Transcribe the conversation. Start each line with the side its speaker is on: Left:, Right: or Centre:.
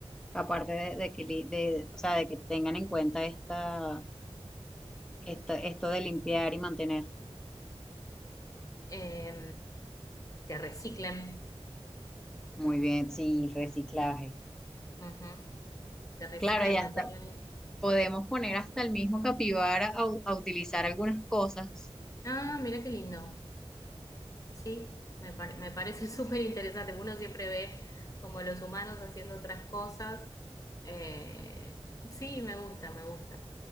Centre: Aparte de, de que, li- de, o sea, de que tengan en cuenta esta, esta, esto de limpiar y mantener.
Left: eh, que reciclen,
Centre: Muy bien, sí, reciclaje.
Left: ujú, que reciclen
Centre: Claro, y hasta
Left: materiales.
Centre: podemos poner hasta el mismo capibara a, u- a utilizar algunas cosas.
Left: Ah, mira qué lindo. Sí, me, pare- me parece <laughs> súper interesante. Uno siempre ve como los humanos haciendo otras cosas. Eh, sí, me gusta, me gusta,